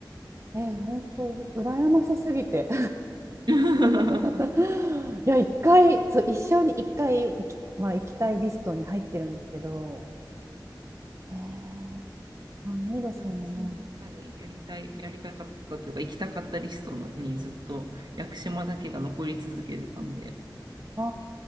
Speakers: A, on the right; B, on the right.
A: うん。えー、本当、羨ましすぎて。
B: <laughs>
A: <laughs> いや、一回、そう、一生に一回行き、は行きたいリストに入ってるんですけど。へえあ、いいですね。
B: いや、私もまさにやりたい、やりたかったというか、行きたかったリストのにずっと屋久島だけが残り続けてたんで、
A: あ